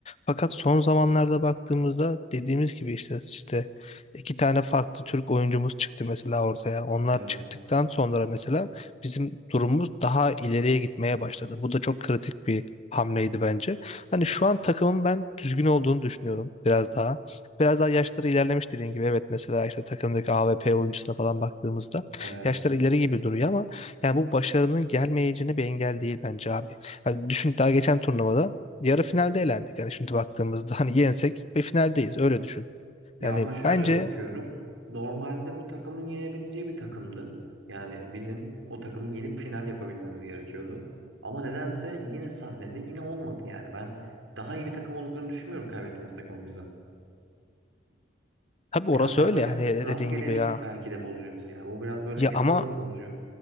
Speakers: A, on the left; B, on the right.
A: Fakat son zamanlarda baktığımızda dediğimiz gibi işte işte iki tane farklı Türk oyuncumuz çıktı mesela ortaya. Onlar
B: Evet.
A: çıktıktan sonra mesela bizim durumumuz daha ileriye gitmeye başladı. Bu da çok kritik bir hamleydi bence. Hani şu an takımın ben düzgün olduğunu düşünüyorum biraz daha. Biraz daha yaşları ilerlemiş dediğin gibi. Evet mesela işte takımdaki A V P oyuncusuna falan baktığımızda
B: Evet.
A: yaşları ileri gibi duruyor ama yani bu başarının gelmeyeceğine bir engel değil bence abi. Hani düşün daha geçen turnuvada yarı finalde elendik. Yani şimdi baktığımızda hani yensek bir finaldeyiz öyle düşün.
B: Ya
A: Yani
B: ama şöyle
A: bence
B: bakıyorum. Normalde bu takımın yenebileceği bir takımdı. Yani bizim o takımı yenip final yapabilmemiz gerekiyordu. Ama nedense yine sahnede yine olmadı yani. Ben daha iyi bir takım olduklarını düşünmüyorum kaybettiğimiz takımın bize.
A: tabii orası
B: Biraz daha
A: öyle
B: böyle
A: yani
B: rastgelelik
A: dediğin gibi ya.
B: belki de bozuyor bizi ya. Bu biraz böyle
A: Ya
B: ekstralık
A: ama
B: bozuyor.